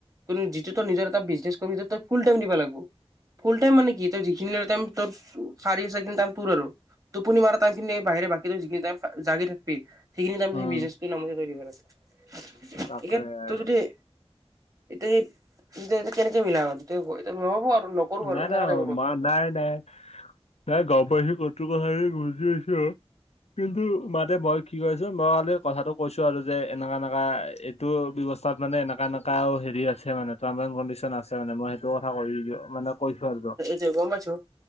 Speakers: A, on the right; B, on the left.
A: কিন্তু যিটো তই নিজৰ এটা বিজনেছ কৰিব তই ফুল টাইম দিব লাগব। ফুল টাইম মানে কি তই যিখিনিলৈকে
B: উম
A: টাইম তোৰ শাৰী ছেকেন টাইম তোৰ আৰু। টোপনি মাৰ টাইমখিনিৰ বাহিৰে বাকী তই যিখিনি টাইম জাগি থাকিবি সেইখিনি টাইম
B: উম
A: সেই বিজনেছটো নামতে দিব <unintelligible>
B: তাকে
A: একে
B: আৰু
A: তোৰ যদি এতি ইতিয়া তিয়া কেনেকে মিলাব। <unintelligible> নকৰো
B: নাই
A: আৰু সেনেকা
B: না
A: টাইপৰ কথা
B: মা নাই নাই নাই গম পাইছোঁ কোনটোৰ কথা যে গুৰুত্ব দিছ। কিন্তু মাতে মই কি কৈছোঁ মই কালি কথাটো কৈছোঁ আৰু যে এনেকা এনেকা এ টো ব্যৱস্থাত মানে এনেকা এনেকাও হেৰি আছে মানে। ট্ৰাম এণ্ড কণ্ডিচন আছে মানে মই সেইটো কথা কৈ মানে কৈছোঁ আৰু <unintelligible>
A: তে গম পাইছোঁ।